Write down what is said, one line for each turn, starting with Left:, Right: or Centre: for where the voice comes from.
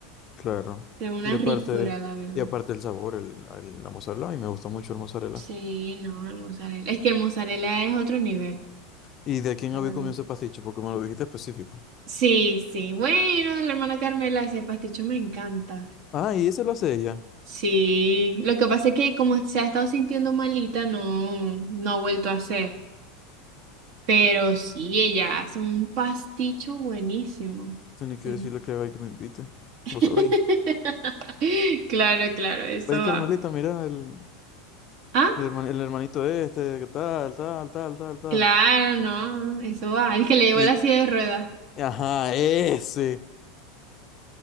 Left: Claro.
Right: Es una
Left: Y aparte,
Right: ricura, la verdad.
Left: y aparte el sabor, el, el- la mozzarella, y me gusta mucho el mozzarella.
Right: Sí, no, el mozzarella. Es que el mozzarella es otro nivel,
Left: ¿Y de quién
Right: la
Left: había
Right: verdad.
Left: comido ese pasticho? Porque me lo dijiste específico.
Right: Sí, sí. Bueno, de la hermana Carmela, ese pasticho me encanta.
Left: Ah, y ese lo hace ella.
Right: Sí, lo que pasa es que como se ha estado sintiendo malita, no, no ha vuelto a hacer. Pero sí, ella hace un pasticho buenísimo.
Left: Tenía que
Right: Em.
Left: decirle que haga y que me invite.
Right: <laughs>
Left: Vos sabéis.
Right: Claro, claro, eso
Left: Ay,
Right: va.
Left: Carmelita, mira el,
Right: ¿Ah?
Left: el, herman- el hermanito este, que tal, tal, tal, tal, tal.
Right: Claro, no, eso va. El que le llevó
Left: Y,
Right: la silla de ruedas.
Left: ajá, ese.